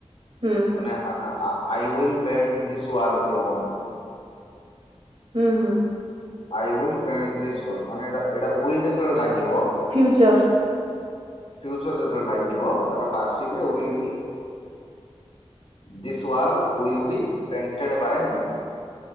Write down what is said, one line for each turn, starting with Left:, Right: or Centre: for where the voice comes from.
Right: ହୁଁ
Left: ମାନେ ଆ ଆ I will paint this wall ଥିବ ମନେକର
Right: ହୁଁ ହୁଁ।
Left: I will paint this wall. ଏଇଟା ୱିଇଲ୍ ଯେତେବେଳେ ଲାଗିବ
Right: ଫ୍ୟୁଉଚର୍।
Left: ଫିଉଚର ଯେତେବେଳେ ଲାଗିବ ତାର passive will be this wall will be painted by me.